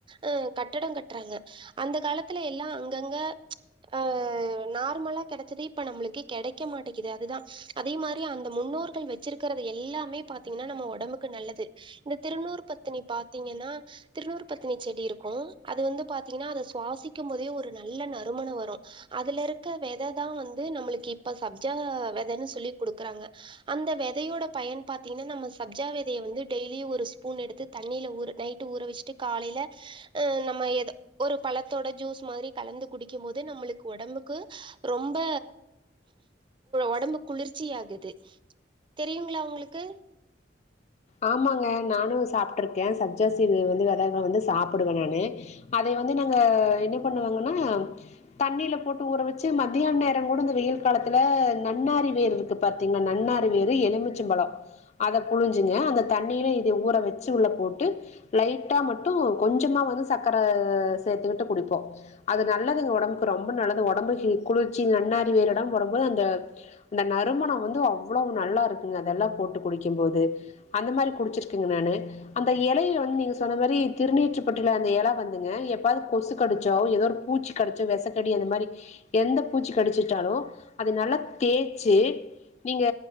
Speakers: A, on the right; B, on the left.
A: ஆ கட்டட கட்றாங்க அந்த காலத்துல எல்லா அங்கங்க ஆ நார்மலா கெடச்சது இப்ப நம்மளுக்கு கெடைக்க மாட்டேகிது அது தா அதே மாரி அந்த முன்னோர்கள் வச்சிருக்கிறது எல்லாமே பாத்தீங்ன்னா நம்ம ஒடம்புக்கு நல்லது இந்த திருநூர் பத்தினி பாத்தீங்கன்னா திருநூர் பத்தினி செடி இருக்கும் அது வந்து பாத்தீங்ன்னா அத சுவாசிக்கும் போதே ஒரு நல்ல நறுமணம் வரும் அதுல இருக்க வித தா வந்து நம்மளுக்கு இப்ப சப்ஜா விதைன்னு சொல்லி குடுக்குறாங்க அந்த விதயோட பயன் பாத்தீங்ன்னா நம்ம சப்ஜா விதைய வந்து டெய்லியும் ஒரு ஸ்பூன் எடுத்து தண்ணில ஊற நைட்டு ஊற வச்சுட்டு காலையில ஆ நம்ம எதோ ஒரு பழத்தோட ஜூஸ் மாரி கலந்து குடிக்கும் போது நம்மளுக்கு ஒடம்புக்கு ரொம்ப ஒடம்பு குளிர்ச்சி ஆகுது தெரியுங்ளா உங்களுக்கு
B: ஆமாங்க நானு சாப்ட்ருக்கே சப்ஜா சீட் வந்து வெத தா வந்து சாப்புடுவே நானு அதைய வந்து நாங்க என்ன பண்ணுவாங்கன்னா தண்ணில போட்டு ஊறவச்சு மத்தியான் நேரோ கூட இந்த வெயில் காலத்துல நன்னாரி வேர் இருக்கு பா த்திங்னா நன்னாரி வேறு எலுமிச்சம்பலோ அத புழிஞ்சு ங்க அந்த தண்ணியில இதிய ஊற வச்சு உள்ள போட்டு லைட்டா மட்டூ கொஞ்சமா வந்து சக்கர சேத்துக்கிட்டு குடிப்போ அது நல்லதுங்க ஒடம்புக்கு ரொம்ப நல்லது ஒடம்புக்கி குளிர்ச்சி நன்னாரி வேர்றுடா போடம் போது அந்த இந்த நறுமணம் வந்து அவ்வளவ்வு நல்லா இருக்குங்க அதெல்லா போட்டு குடிக்கிம் போது அந்த மாரி குடிச்சிருக்ங்க நானு அந்த எலைய வந்து நீங்க சொன்ன மாரி திருநீற்ற பட்டுல அந்த எல வந்துங்க எப்பாவ்து கொசு கடிச்சோ ஏதோ ஒரு பூச்சி கடிச்சோ வெசக்கடி அந்த மாரி எந்த பூச்சி கடிச்சிட்டாலு அத நல்லா தேச்சு நீங்க